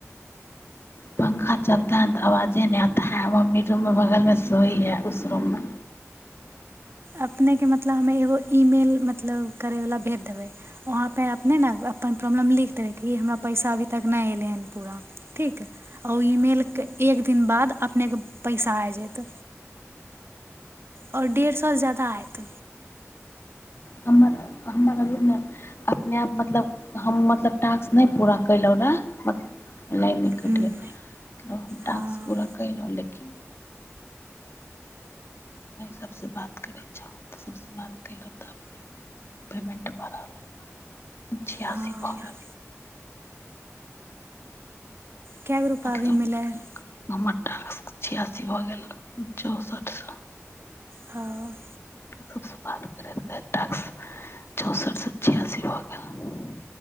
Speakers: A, on the left; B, on the right.
A: पंखा चलता है तऽ आवाजे नहि आता है मम्मी रूममे बगलमे सोइ है उस रूममे
B: अपनेके मतलब हमे एगो ई मेल मतलब करैवला भेज देबै वहाँपर अपने ने अपन प्रॉब्लम लिख देबै कि हमरा पैसा अभी तक नहि एलै हन पूरा ठीक आ ई मेल के एक दिन बाद अपनेके पैसा आब जेत आओर डेढ़ सएसँ जा्यदा हयत
A: हमर हमर अभ ने अपने आप मतलब हम मतलब टास्क नहि पूरा कयलहुँ रहए लाइने कटि
B: हुँ
A: गेल मतलब हम टास्क
B: हँ
A: पूरा कयलहुँ लेकिन सभसँ बात करै छहु सभसँ बातहुँ तऽ अपने पेमेन्ट बढ़ल छियासी
B: हँ
A: भऽ गेल
B: क गो रूपा
A: मतलब
B: भी मिलै ह
A: हमर छियासी भऽ गेल चौंसठि सए
B: हँ
A: सबस बात करैत करैत चौंसठ सए छियासी भ गेल